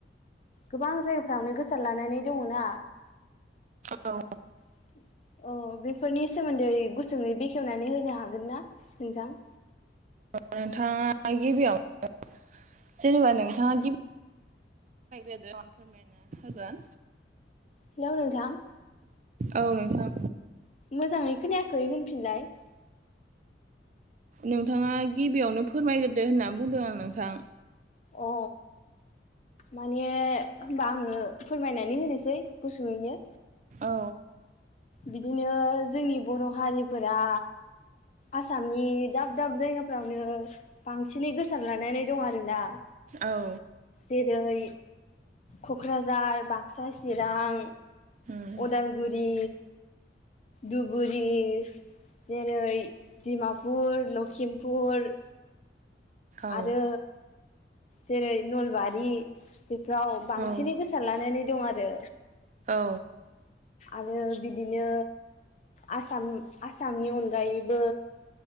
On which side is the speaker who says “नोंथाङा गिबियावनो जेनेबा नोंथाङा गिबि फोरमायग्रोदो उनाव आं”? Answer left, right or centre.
Right